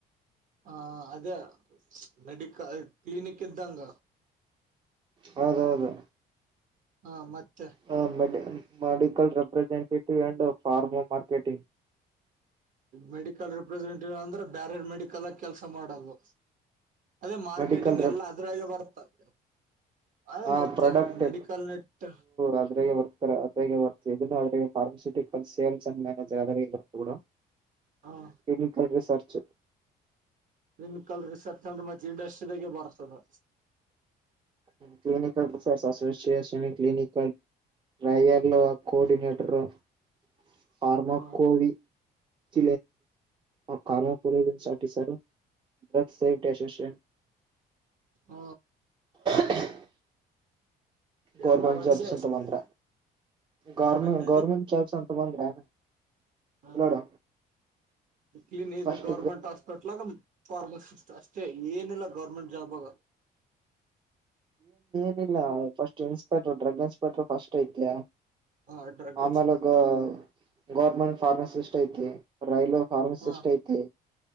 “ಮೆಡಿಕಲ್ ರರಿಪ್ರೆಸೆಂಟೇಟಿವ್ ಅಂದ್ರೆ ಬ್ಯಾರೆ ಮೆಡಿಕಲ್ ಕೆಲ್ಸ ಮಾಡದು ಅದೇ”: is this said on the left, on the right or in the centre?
Right